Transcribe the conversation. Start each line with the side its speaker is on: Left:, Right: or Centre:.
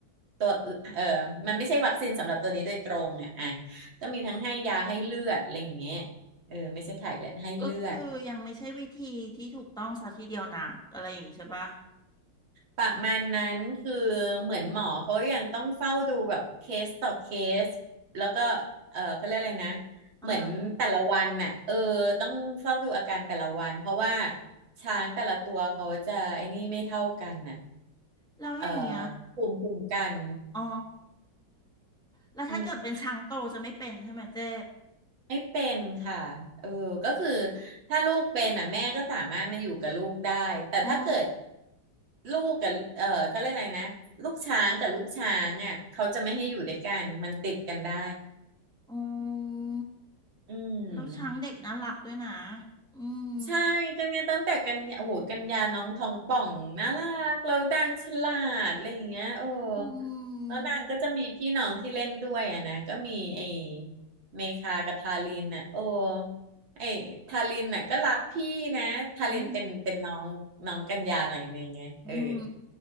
Right: ตัวอื่นเออมันไม่ใช่วัคซีนสำหรับตัวนี้โดยตรงอ่ะอ่ะก็มีทั้งให้ยาให้เลือดอะไรอย่างเงี้ยเออไม่ใช่ถ่ายเลือดให้เลือด
Centre: ก็คือยังไม่ใช่วิธีที่ถูกต้องซะทีเดียวนักอะไรอย่างงี้ใช่ปะ
Right: ประมาณนั้นคือเหมือนหมอเขายังต้องเฝ้าดูแบบเคสต่อเคสแล้วก็เออเขาเรียกอะไรนะ
Centre: อ่า
Right: เหมือนแต่ละวันน่ะเออต้องเฝ้าดูอาการแต่ละวันเพราะว่าช้างแต่ละตัวเขาจะไอ้นี่ไม่เท่ากันน่ะ
Centre: แล้วอย่างเงี้ย
Right: เออภูมิคุ้มกัน
Centre: อ๋อแล้วถ้าเกิดเป็นช้างโตจะไม่เป็นใช่ไหมเจ๊
Right: อืม ไม่เป็นค่ะเออก็คือถ้าลูกเป็นอ่ะแม่ก็สามารถมาอยู่กับลูกได้แต่ถ้าเกิด
Centre: อ๋อ
Right: ลูกกับเออเขาเรียกอะไรนะลูกช้างกับลูกช้างอ่ะเขาจะไม่ให้อยู่ด้วยกันมันติดกันได้
Centre: อ๋อ
Right: อืม
Centre: แล้วช้างเด็กน่ารักด้วยนะอืม
Right: ใช่กันเนี่ยตั้งแต่กันยาโอ้โหกันยาน้องทองป่องน่ารักเราดังฉลาดอะไรอย่างเงี้ยโอ้
Centre: อื
Right: แล้วนางก็จะมีพี่น้องที่เล่นด้วยอ่ะนะก็มีไอ้
Centre: ม
Right: เมคากับทารินน่ะโอ้ไอ้ทารินน่ะก็รักพี่นะทารินเป็นเป็นน้องน้องกันยาหน่อยนึงไงเออ
Centre: อืม อืม